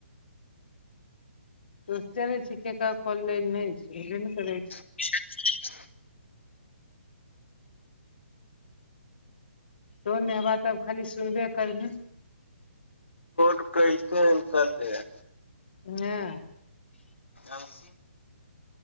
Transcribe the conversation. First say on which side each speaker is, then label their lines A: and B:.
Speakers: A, on the left; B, on the left.
A: त चलै छी ककर कॉल रहय नहि छै, छेबे नहि करय।
B: <unintelligible>
A: तु ने बात आब खाली सुनबे करीहे
B: केलके उत्तर दय
A: ने
B: बसी